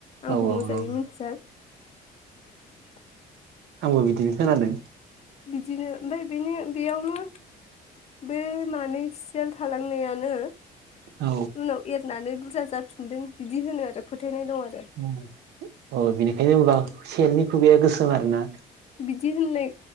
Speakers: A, on the right (about 75°); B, on the left (about 40°).
A: औ
B: आंबो
A: औ
B: मोजाङै
A: औ
B: मिन्थिया <inaudible> <inaudible>
A: आंबो बिदिनो खोनादों
B: बिदिनो ओमफ्राय बेनो बेयावनो बे मानै सियाल थालांनायानो
A: औ
B: उनाव एरनानानैै बुर रजा जाफिनदों बिदि होनो आरो फोथायनाय दं आरो
A: औ औ बिनिखायनो उनाव सेलनि खुगाया गोसोम आरोना
B: बिदि होननाय